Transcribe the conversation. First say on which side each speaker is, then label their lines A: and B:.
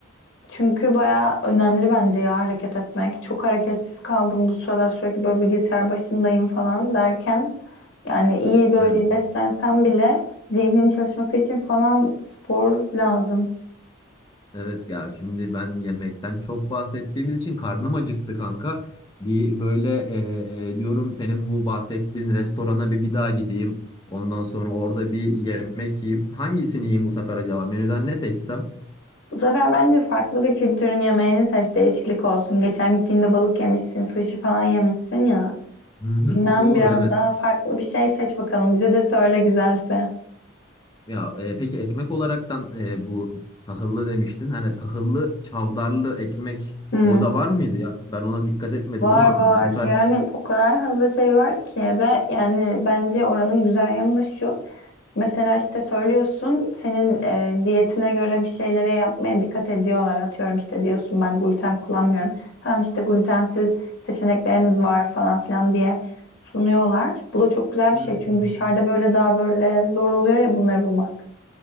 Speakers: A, on the left (about 55°); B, on the left (about 20°).
A: Çünkü baya önemli bence ya hareket etmek. Çok hareketsiz kaldım bu sıralar sürekli böyle bilgisayar başındayım falan derken. Yani iyi böyle
B: Evet.
A: beslensem bile zihnin çalışması için falan spor lazım.
B: Evet ya şimdi ben yemekten çok bahsettiğimiz için karnım acıktı kanka. Bir böyle eee, diyorum senin bu bahsettiğin restorana bir bir daha gideyim. Ondan sonra orada bir yemek yiyeyim. Hangisini yiyeyim bu sefer acaba? Menüden ne seçsem?
A: Bu sefer bence farklı bir kültürün yemeğini seç, değişiklik olsun. Geçen gittiğinde balık yemişsin, sushi falan yemişsin ya.
B: Hı hı,
A: Bilmem
B: doğru
A: biraz
B: evet.
A: daha farklı bir şey seç bakalım. Bize de söyle güzelse.
B: Ya e, peki ekmek olaraktan e, bu tahıllı demiştin. Hani tahıllı çavdarlı ekmek
A: Hmm.
B: orada var mıydı ya? Ben ona dikkat etmedim
A: Var
B: ama
A: var.
B: bu sefer
A: Yani o kadar fazla şey var ki ve yani bence oranın güzel yanı da şu. Mesela işte söylüyorsun senin e, diyetine göre bir şeylere yapmaya dikkat ediyorlar. Atıyorum işte diyorsun ben gluten kullanmıyorum. Tamam işte glutensiz seçeneklerimiz var falan filan diye sunuyorlar. Bu da çok güzel
B: Hmm.
A: bir şey çünkü dışarıda böyle daha böyle zor oluyor ya bunları bulmak.